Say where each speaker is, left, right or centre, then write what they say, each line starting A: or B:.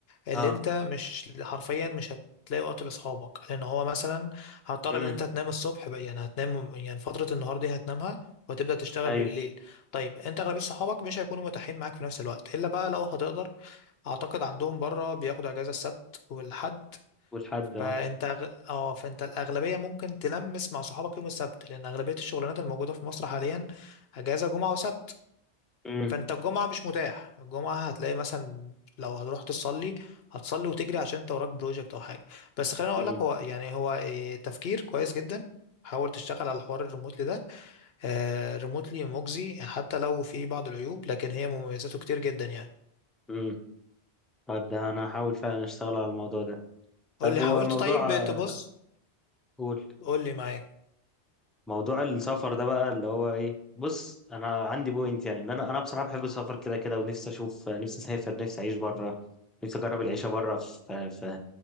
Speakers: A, on the left; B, in the centre.
A: اللي
B: اه
A: انت مش حرفيا مش هتلاقي وقت لاصحابك لان هو مثلا هضطر
B: امم
A: ان انت تنام الصبح بقى يعني هتنام يعني فترة النهار دي هتنامها وتبدأ تشتغل
B: أيوه
A: بالليل طيب انت اغلبية صحابك مش هيكونوا متاحين معاك في نفس الوقت الا بقى لو هتقدر اعتقد عندهم بره بياخدوا اجازة السبت والحد
B: والحد
A: فانت
B: آه.
A: أغ- اه فانت الاغلبيه ممكن تلمس مع صحابك يوم السبت لان اغلبيه الشغلانات الموجوده في مصر حاليا اجازه جمعه وسبت
B: امم
A: فانت الجمعة مش متاح الجمعة هتلاقي مثلا لو هتروح تصلي هتصلي وتجري عشان انت وراك بروجكت او حاجة بس خليني اقول
B: امم
A: لك هو يعني هو إيه، تفكير كويس جدا حاول تشتغل على الحوار الريموتلي ده آه، ريموتلي مجزي حتى لو في بعض العيوب لكن هي مميزاته كتير جدا يعني
B: امم طب ده انا هحاول فعلا اشتغل على الموضوع ده طب
A: قول لي
B: هو
A: حاولت
B: موضوع
A: طيب
B: آه،
A: تبص
B: قول
A: قول لي معاك
B: موضوع السفر ده بقى اللي هو ايه بص انا عندي بوينت يعني ان انا انا بصراحه بحب السفر كده كده ونفسي اشوف نفسي اسافر نفسي اعيش بره نفسي اجرب العيشه بره في في